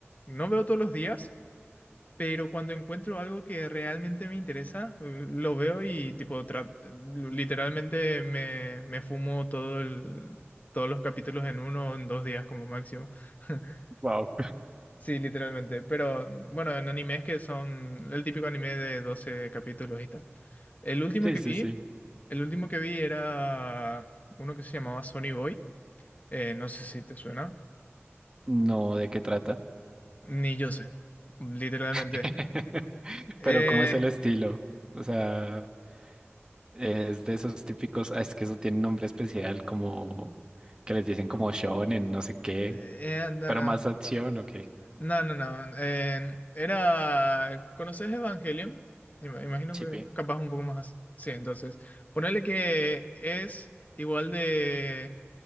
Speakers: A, on the left (about 35°); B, on the right (about 20°).
A: No veo todos los días, pero cuando encuentro algo que realmente me interesa, eh, lo veo y tipo tra- literalmente me, me fumo todo el- todos los capítulos en uno o en dos días como máximo. <laughs>
B: Wow.
A: Sí, literalmente. Pero mm, bueno, en animes que son el típico anime de 12 capítulos y tal. El último
B: Sí,
A: que
B: sí,
A: vi,
B: sí.
A: el último que vi era uno que se llamaba Sonny Boy. Eh, no sé si te suena.
B: No, ¿de qué trata?
A: Ni yo sé. Literalmente.
B: <laughs>
A: Eh,
B: Pero ¿cómo es el estilo? O sea, es de esos típicos, ah, es que eso tiene un nombre especial, como que les dicen como shonen, no sé qué,
A: eh, no,
B: pero
A: no,
B: más
A: no,
B: acción o qué.
A: no, no, no, eh, era. ¿Conoces Evangelion? Ima- Imagino
B: Sí,
A: que
B: pi.
A: capaz un poco más. Sí, entonces. ponerle que es igual de.